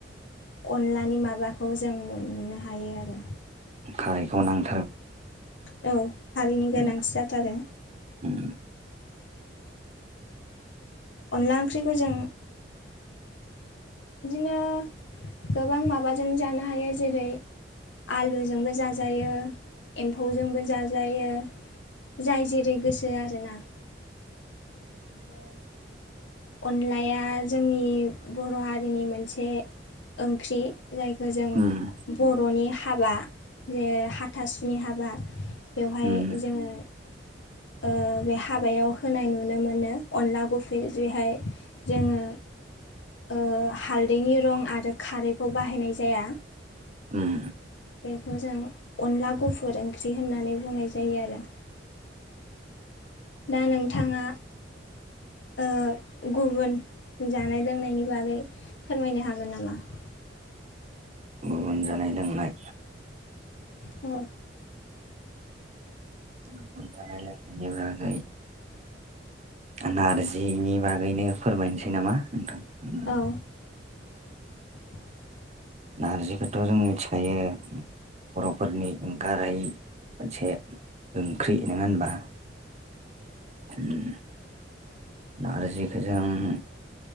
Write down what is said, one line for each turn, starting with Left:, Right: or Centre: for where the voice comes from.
Left: अनलानि माबाखौ जों मोननो हायो आरो।
Right: खारैखौ नों-
Left: औ हारिनि गोनांथि
Right: उम
Left: जाथारो।
Right: उम
Left: अनला ओंख्रिखौ जों बिदिनो गोबां माबाजों जानो हायो जेरै आलुजोंबो जाजायो एम्फौजोंबो जाजायो। जाय जेरै गोसो आरोना। आरो अनलाया जोंनि बर' हारिनि मोनसे ओंख्रि जायखौ जों
Right: उम
Left: बर'नि हाबा जे हाथासुनि हाबा बेवहाय
Right: उम
Left: जोङो ओ‌ बे हाबायाव होनाय नुनो मोनो अनला गुफैजहाय <unintelligible> जोङो ओ हालदैनि रं आरो खारैखौ बाहायनाय जाया।
Right: उम
Left: बेखौ जों अनला गुफुर ओंख्रि होननानै बुंनाय जायो आरो <inaudible> दा नोंथाङा ओ- गुबुन जानाय लोंनायनि बागै फोरमायनो हागोन नामा? <inaudible>
Right: गुबुन जानाय लोंनाय
Left: औ
Right: गुबुन <inaudible> नारजिनि बागैनो फोरमायनोसै नामा नोंथां? <inaudible>
Left: औ <inaudible>
Right: नारजिखौथ' जों मिथिखायो। बरफोरनि एंगार हायै मोनसे ओंख्रि नङा होनबा? <inaudible> नारजिखो जों